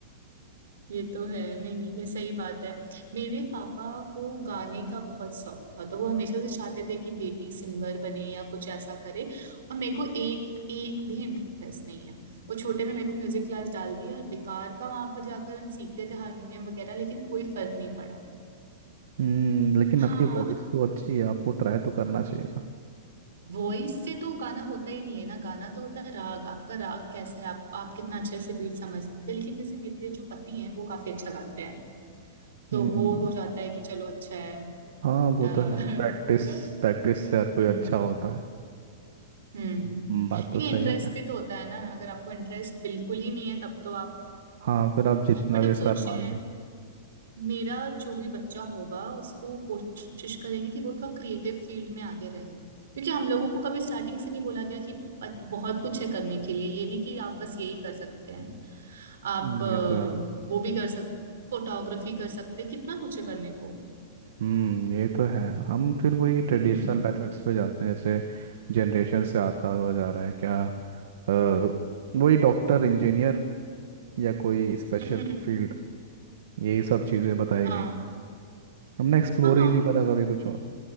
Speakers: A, on the right; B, on the right.
A: ये तो है। नहीं, नहीं, ये सही बात है। मेरे पापा को गाने का बहुत शौक था, तो वो हमेशा से चाहते थे कि बेटी सिंगर बने या कुछ ऐसा करे और मेरे को एक एक भी इंटरेस्ट नहीं है। वो छोटे में मेरे को म्यूज़िक क्लास डाल दी और बेकार का वहाँ पर जाकर हम सीखते थे हारमोनियम वगैरह लेकिन कोई फर्क नहीं पड़ा।
B: हम्म लेकिन
A: हाँ।
B: आपकी वॉइस तो अच्छी है आपको ट्राई तो करना चाहिए था
A: वॉइस से तो गाना होता ही नहीं है ना गाना तो होता है राग आपका राग कैसा है आप आप कितना अच्छे से बीट समझते हैं लेकिन जैसे मेरे जो पति हैं वो काफी अच्छा गाते हैं तो
B: हम्म
A: वो हो जाता है कि चलो अच्छा है
B: हाँ वो
A: अ,
B: तो है प्रैक्टिस
A: <laughs>
B: प्रैक्टिस से हर कोई
A: हम्म
B: अच्छा होता है
A: हम्म
B: हम्म, बात तो
A: लेकिन
B: सही
A: इंटरेस्ट
B: है क्या
A: भी तो होता है ना अगर आपको इंटरेस्ट बिल्कुल ही नहीं है तब तो आप
B: हाँ फिर आप जितना
A: बट
B: भी
A: हम
B: सर
A: सोचते
B: मान
A: हैं
B: लो
A: मेरा जो भी बच्चा होगा उसको कोशिश करेंगे कि वो थोड़ा क्रिएटिव फील्ड में आगे रहे क्योंकि हम लोगों को कभी स्टार्टिंग से नहीं बोला गया कि बत- बहुत कुछ है करने के लिए ये नहीं कि आप बस यही कर सकते हैं आप
B: हम्म,
A: अ,
B: ये तो है
A: वो भी कर सकते फोटोग्राफी कर सकते हैं, कितना कुछ है करने को
B: हम्म ये तो है हम फिर वही ट्रेडिशनल
A: हम्म
B: मेथड्स पे जाते हैं जैसे जनरेशन से आता हुआ जा रहा है क्या अ, वही डॉक्टर इंजीनियर या कोई स्पेशल
A: हम्म
B: फील्ड यही सब चीज़ें बताई
A: हाँ
B: गई हमने एक्सप्लोर
A: हाँ
B: ही नहीं करा कभी कुछ और